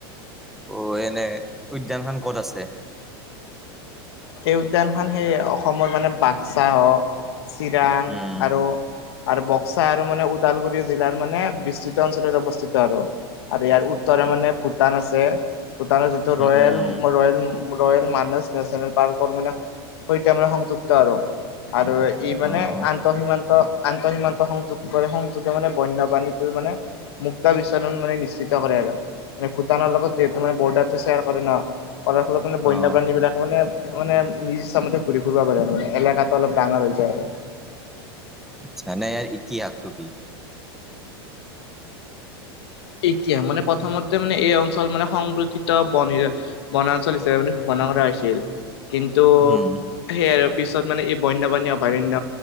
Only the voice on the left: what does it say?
সেই উদ্যান খন সেই অসমৰ মানে বাক্সা হওক চিৰাং
আৰু আৰু বক্সা আৰু মানে ওদালগুৰি জিলাৰ মানে বিস্তৃত অঞ্চলত অৱস্থিত আৰু আৰু ইয়াৰ উত্তৰ। মানে ভূটান আছে ভূটানৰ যিটো
ৰয়েল
ৰেল ৰয়েল মান নেচনেল। পাৰকৰ ম সৈতে মানে সংযুক্ত আৰু। আৰু ই মানে
আন্তঃ সীমান্ত আন্তঃ সীমান্ত সংযোগ কৰে সংযোগে মানে বন্যপাণীটো মানে মুক্তা বিচৰণ মানে নিশ্চিত কৰে আৰু মানে ভূটানৰ লগত যিহেতু মান বৰ্ডাৰটো শেয়াৰ কৰে ন, কৰাৰ ফলত মানে বন্য
প্ৰাণী বিলাক মানে মানে নিজ ইচামতে ঘূৰি ফুৰিব পাৰে আৰু মানে এলেকাতটো অলপ ডাঙৰ হৈ যায় আৰু।
এতিয়া মানে প্ৰথমতে মানে এই অঞ্চল মানে সংৰক্ষিত ব বনাঞ্চল হিচাপে মানে শুক কৰা হৈছিল কিন্তু
সেই আৰু পিছত মানে এই বন্যপাণী অভয়াৰণ্য